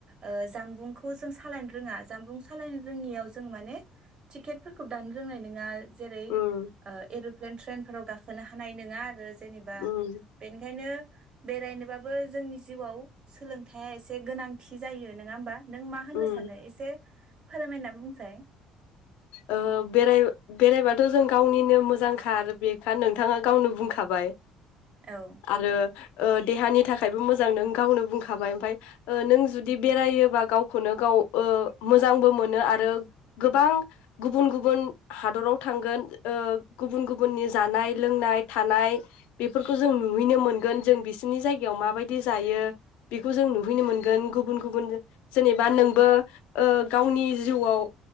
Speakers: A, on the right; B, on the left.
A: ओ जानबुंखौ जों सालायनो रोङा जानबुं सालायनो रोङियाव जों माने टिकेटफोरखौ दान रोंनाय नोङा जेरै
B: उम
A: ओ प्लेन ट्रेनफोराव गाखोनो हानाय नोङा आरो जेनेबा
B: उम
A: बेनिखायनो बेरायनोबाबो जोंनि जिउआव सोलोंथाया एसे गोनांथि जायो नोङा होमबा नों मा होननो
B: उम
A: सानो एसे फोरमायना बुंसाय
B: ओ बेराय बेरायबाथ' जों गावनिनो मोजां थार बेखा नोंथाङा गावनो बुंखाबाय
A: औ
B: आरो ओ देहानि थाखायबो मोजां नों गावनो बुंखाबाय ओमफाय नों जुदि बेरायोबा गावखौनो गाव ओ मोजांबो मोनो आरो गोबां गुबुन गुबुन हादराव थांगोन ओ गुबुन गुबुननि जानाय लोंनाय थानाय बेफोरखौ जों नुहैनो मोनगोन जों बिसोरनि जायगायाव माबायदि जायो बेखौ जों नुहैनो मोनगोन गुबुन गुबुन जेनेबा नोंबो गावनि ओ जिउआव